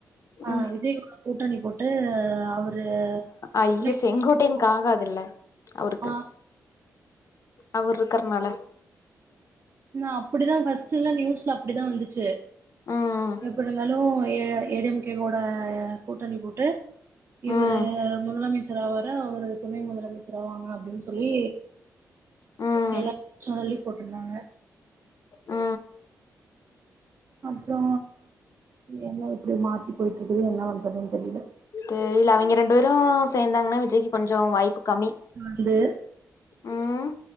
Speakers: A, on the right (about 45°); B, on the left (about 55°).
A: ஆ
B: ம்
A: விஜய் கூட கூட்டணி போட்டு அவரு
B: அய்ய
A: துணை
B: செங்கோட்டையனுக்கு
A: முதலமைச்சர்
B: ஆகாதுல்ல அவருக்கு
A: ஆ
B: அவர் இருக்கறனால
A: நா அப்படிதா ஃபஸ்ட்டுலா நியூஸ்ல அப்படிதா வந்துச்சு
B: ம்
A: எப்டி ந்தாலு ஏடிஎம்கே கூட கூட்டணி போட்டு இவரு
B: ம்
A: முதலமைச்சர் ச்சராவாரு அவரு துணை முதலமைச்சர் ஆவாங்க அப்டின் சொல்லி
B: ம்
A: எல்லாப் சானல்லையு போட்ருந்தாங்க
B: ஆ
A: அப்றோ எல்லா இப்டி மாத்தி போய்ட்ருக்குது என்ன பண்றதுன்னு தெரில
B: தெரில அவிங்க ரெண்டு பேரு சேந்தாங்னா விஜய்க்கு கொஞ்சோ வாய்ப்பு கம்மி
A: வந்து
B: ம்